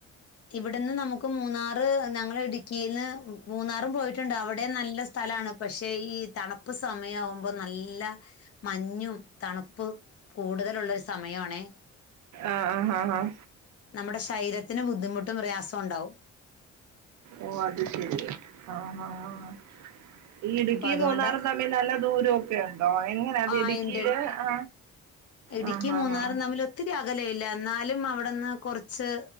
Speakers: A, on the left (about 50°); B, on the right (about 75°).
A: ഇവിടുന്ന് നമുക്ക് മൂന്നാറ് ഞങ്ങള ഇടുക്കിന്ന് മൂന്നാറും പോയിട്ടുണ്ട് അവിടെ നല്ല സ്ഥലമാണ് പക്ഷേ ഈ തണു പ്പ് സമയംവുമ്പോ നല്ല മഞ്ഞും തണുപ്പും കൂടുതലുള്ളരു സമയ ആണേ
B: ആഹ ആഹ ആഹ
A: നമ്മുടെ ശരീരത്തിന് ബുദ്ധിമുട്ടും പ്രയാസം ഉണ്ടാവും.
B: ഓ അത് ശരി ആഹ് ഹ ഈ ഇടുക്കി
A: അപ്പൊ അതുകൊണ്ട്
B: മൂന്നാറും തമ്മിൽ നല്ല ദൂരമൊക്കെ ഉണ്ടോ? എങ്ങനെ അത്
A: ആ
B: ഇടുക്കിയില്
A: ഉണ്ട്
B: ആ
A: ഇടുക്കി
B: ആ ആ
A: മൂന്നാറും
B: ആ
A: തമ്മിൽ ഒത്തിരി അകല ഇല്ല എന്നാലും അവിടുന്ന് കുറച്ച്